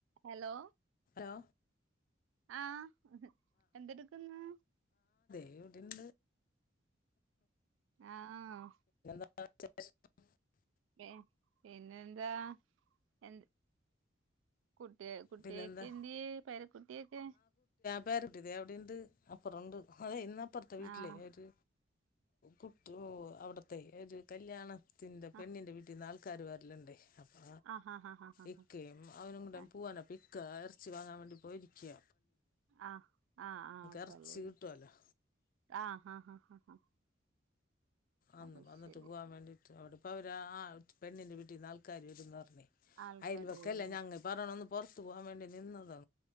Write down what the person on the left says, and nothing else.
ലോ
വിടെണ്ട്
<unintelligible>
പിന്നെന്താ
പേരക്കുട്ടിയോ തേ അവിടേണ്ട് അപ്പറണ്ട് അതേയ് അപ്പറത്തെ വീട്ടിലെ
ഏത് ഓ അവടത്തെ ഏത് കല്ല്യാണം ത്തിന്റെ പെണ്ണിന്റെ
വീട്ടിൽ നിന്ന് ആൾക്കാര് വരില്ണ്ടേയ് അപ്പ
ഇക്കയും അവനും കൂടെ
പോ ഇകാ എറ്ച്ചി വാങ്ങാംവേണ്ടി പോയിര്ക്ക്യ
ഇറച്ചി
കിട്ടുമല്ലോ
അന്ന്
വന്നിട്ട്
പോകാൻ വേണ്ടിട്ട് അവിടെപ്പവരാ ആ പെണ്ണിന്റെ നാൾക്കാര് വരൂന്ന് പറഞ്ഞു
അയൽവക്കല്ലേ
ഞങ്ങ പറയണ പോർത്ത് പോകാൻ വേണ്ടി നിന്നതാ